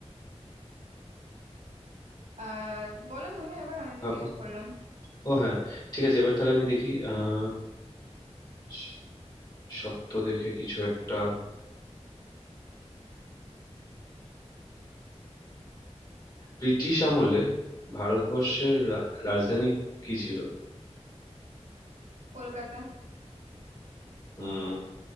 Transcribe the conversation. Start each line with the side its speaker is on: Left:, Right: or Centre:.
Right: আর বলো তুমি এবার আমি তো
Left: ভাবো
Right: জিজ্ঞেস করলাম
Left: ও হ্যাঁ ঠিক আছে এবার তাহলে আমি দেখি আহ শ- শক্ত দেখে কিছু একটা ব্রিটিশ আমলে ভারতবর্ষের রা- রাজধানী কি ছিল
Right: কলকাতা
Left: হুম